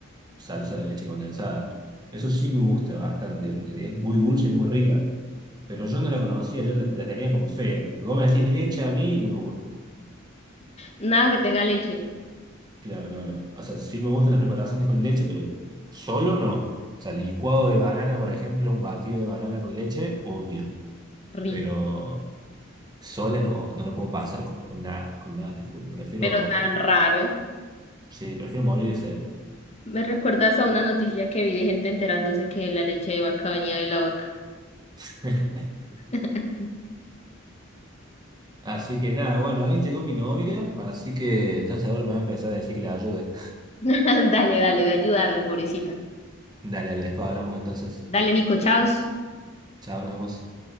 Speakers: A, on the right (about 20°); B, on the left (about 30°).
A: salsa de leche condensada. Eso sí me gusta bastante, es muy dulce, y muy rica. Pero yo no la conocía, yo la, la tenía como fea. Vos me decís leche a mí y no me gusta.
B: Nada que tenga leche,
A: Claro, no, no. O sea, sí me gustan las preparaciones con leche, pero solo no. O sea, licuado de banana, por ejemplo, un batido de banana con leche, obvio.
B: rico,
A: Pero sola no, no lo puedo pasar con nada, con nada, te juro. Prefiero,
B: pero tan raro.
A: sí, prefiero morir de sed.
B: Me recuerdas a una noticia que vi de gente enterándose que la leche de vaca venía de la vaca.
A: <laughs>
B: <laughs>
A: Así que nada, bueno, ahí llegó mi novia, así que ya seguro me va a empezar a decir que la ayude.
B: Dale, dale, de ayudarle, pobrecita.
A: Dale, dale, después hablamos entonces.
B: Dale, Nico, chao.
A: Chao, nos vemos.